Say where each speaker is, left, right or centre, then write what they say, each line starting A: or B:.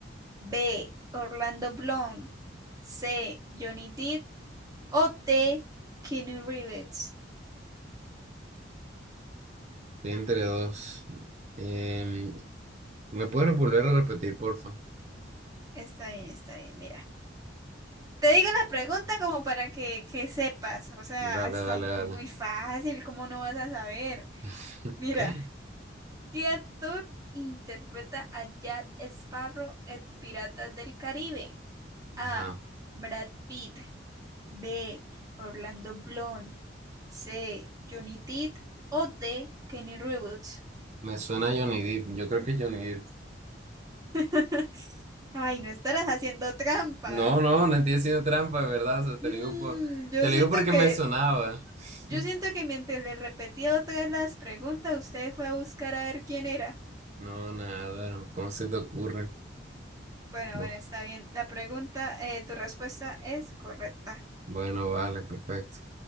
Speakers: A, on the right; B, on the right.
A: B. Orlando Bloom. C. Johnny Depp. O D. Keanu Reeves.
B: Estoy entre dos. Em, ¿me puedes volver a repetir, porfa?
A: Está bien, está bien, mira. Te digo la pregunta como para que, que sepas. O sea,
B: Dale,
A: está
B: dale, dale.
A: muy fácil, ¿cómo no vas a saber?
B: <laughs>
A: Mira, ¿qué actor interpreta a Jack Sparrow en Piratas del Caribe? A.
B: Ajá.
A: Brad Pitt. B. Orlando Bloom. C. Johnny Depp. O D. Kenny Reeves.
B: Me suena a Johnny Depp. Yo creo que es Johnny Depp.
A: <laughs> Ay, no estarás haciendo trampa.
B: No, no, no estoy haciendo trampa, de ¿verdad? O sea, te
A: Mm,
B: lo digo por,
A: yo
B: te lo
A: siento
B: digo porque
A: que,
B: me sonaba.
A: yo
B: <laughs>
A: siento que mientras le repetía otra vez las preguntas, usted fue a buscar a ver quién era.
B: No, nada. ¿Cómo se te ocurre?
A: Bueno,
B: Bueno,
A: bueno, está bien. La pregunta, eh, tu respuesta es correcta.
B: Bueno, vale, perfecto.